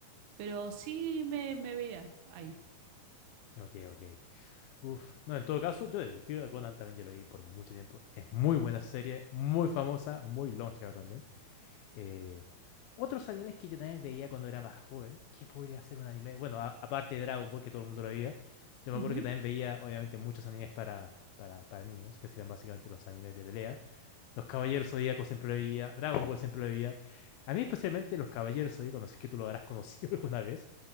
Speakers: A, on the right; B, on the left.
A: Pero sí me, me veía ahí.
B: ok, ok. Uf. No, en todo caso, yo Detective Conan también ya lo vi por mucho tiempo. Es muy buena serie, muy famosa, muy longeva también. Eh, otros animes que yo también veía cuando era más joven, ¿qué podría ser un anime? Bueno, a- aparte de Dragon Ball, que todo el mundo lo veía, yo me
A: Ujú.
B: acuerdo que también veía, obviamente, muchos animes para, para, para niños, que serían básicamente los animes de pelea. Los Caballeros Zodíacos siempre lo veía, Dragon Ball siempre lo veía. A mí especialmente los Caballeros Zodíacos, no sé si es que tú lo habrás conocido <laughs> alguna vez.